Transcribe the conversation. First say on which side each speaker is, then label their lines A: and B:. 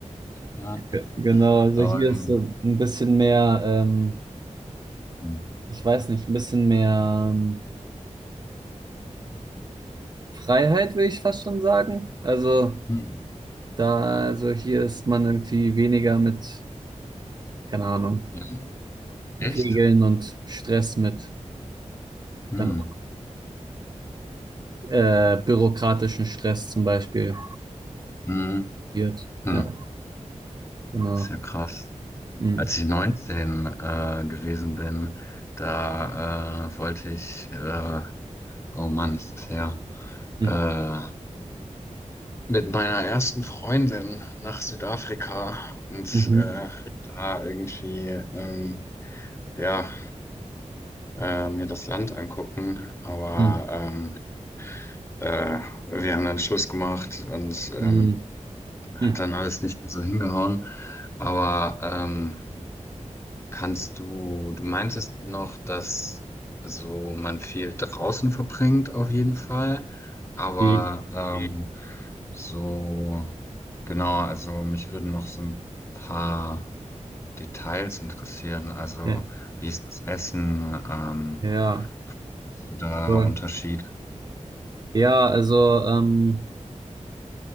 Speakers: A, on the left; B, on the right.
A: Ja,
B: Ge- genau, also
A: aber
B: hier
A: ähm,
B: ist so ein bisschen mehr, ähm,
A: hm.
B: ich weiß nicht, ein bisschen mehr ähm, Freiheit, würde ich fast schon sagen. Also
A: Hm.
B: Da, also hier ist man irgendwie weniger mit, keine Ahnung,
A: Ja,
B: Regeln
A: echt?
B: und Stress mit,
A: Hm.
B: keine Ahnung, äh, bürokratischen Stress zum Beispiel.
A: Hm.
B: Wird.
A: Hm.
B: Ja, genau.
A: Ist ja krass.
B: Hm.
A: Als ich 19 äh, gewesen bin, da äh, wollte ich, äh, oh Mann, ist das her,
B: Hm.
A: äh, mit meiner ersten Freundin nach Südafrika und
B: Mhm.
A: äh, da irgendwie ähm, ja äh, mir das Land angucken. Aber
B: Hm.
A: ähm, äh, wir haben dann Schluss gemacht und ähm,
B: Hm.
A: hat
B: Hm.
A: dann alles nicht mehr so hingehauen. Aber ähm, kannst du, du meintest noch, dass so man viel draußen verbringt auf jeden Fall, aber
B: Die-
A: Mhm. ähm, So, genau, also mich würden noch so ein paar Details interessieren. Also,
B: Ja,
A: wie ist das Essen? Ähm,
B: ja,
A: siehst du da
B: voll.
A: Unterschied?
B: Ja, also ähm,